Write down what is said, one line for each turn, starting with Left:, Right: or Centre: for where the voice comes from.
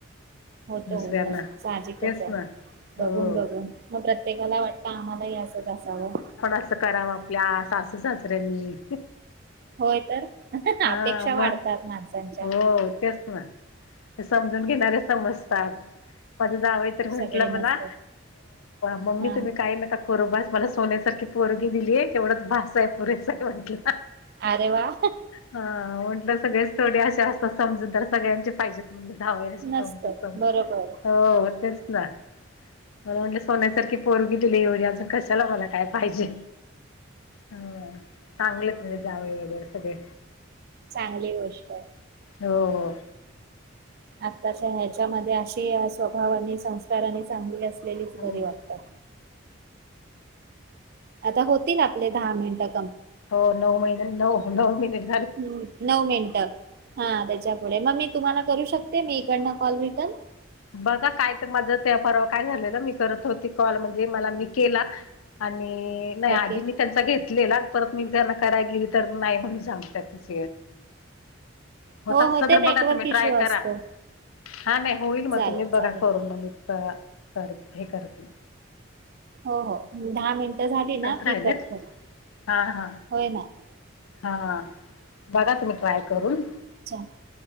Right: होत
Left: दुसऱ्यांना
Right: होत साहजिकच
Left: तेच
Right: आहे.
Left: ना
Right: बघून
Left: हो.
Right: बघून मग प्रत्येकाला वाटतं आम्हालाही असंच असावं.
Left: कं कराव आपल्या सासू सासऱ्यांनी.
Right: होय तर आता ना
Left: हा
Right: अपेक्षा वाढतात
Left: मग
Right: माणसांच्या.
Left: हो तेच ना समजून घेणारे समजतात. म्हट
Right: सगळे नसत
Left: मला मम्मी
Right: हा
Left: तुम्ही काय नका मला. सोन्यासारखी पोरगी दिली आहे तेवढंच बासाहे पुोरे सा आहे म्हटलं.
Right: अरे वा
Left: हा म्हटलं सगळेच थोडे असे असतात समजू. सगळ्यांचे फायजे तमणलं धवे असे
Right: नसत
Left: समज स
Right: बरोबर
Left: हो तेच ना. मला म्हटलं सोन्यासारखी पोरगी दिली एवढी अजून कशाला मला काय पाहिजे. हो चांगलंच म्हजे जावे वगैरे सगळे.
Right: चांगली गोष्ट आहे
Left: हो हो.
Right: आताच्या ह्याच्यामध्ये अशी स्वभावा आणि संस्कारानी चांगली असते. आपलेलीच
Left: हो.
Right: घरी वाटत. आता होती ना आपले दहा मिनिट.
Left: हो नऊ महिन्या नऊ नऊ महिन्या.
Right: हम्म नऊ मिनट. हा त्याच्या पुुढे मग मी तुम्हाला करू शकते मी इकडन कॉल रिटर्न.
Left: बघा काय तर माझ ते पररावा काय झालेला मी करत होती कॉल म्हणजे मला मी केला आणि. म नाही आधी
Right: ओके
Left: मी त्यांचा घेतलेला. परत मी त्यांना कराय गली तर नाही म्हण सांगत तस. होत
Right: हो
Left: असल
Right: हो ते
Left: तर
Right: नेटवर्क
Left: बघा तुम्ही ट्राय
Right: इश्यू
Left: करा
Right: असतो
Left: हा नाही हो.
Right: चालेल
Left: तुम्ही बघा
Right: चालेल
Left: करून मग इत कर हे करतील.
Right: हो हो दहा मिनटं झाली ना
Left: राहिलेत
Right: क कट कर
Left: हा हा
Right: होय ना.
Left: हा. बघा तुम्ही ट्राय करून
Right: अच्छा